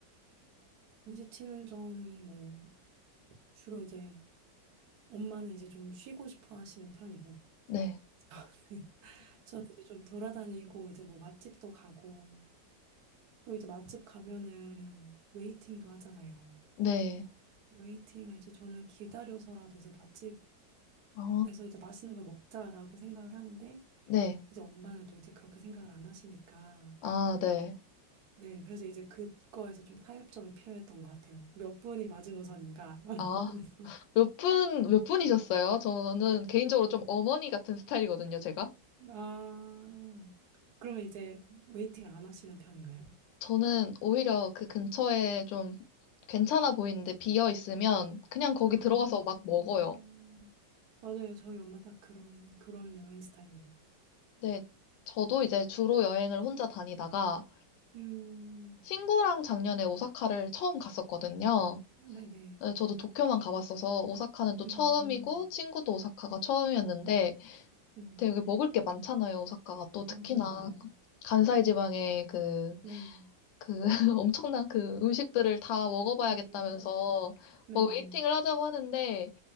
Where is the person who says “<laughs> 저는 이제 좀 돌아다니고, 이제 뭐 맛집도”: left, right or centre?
Right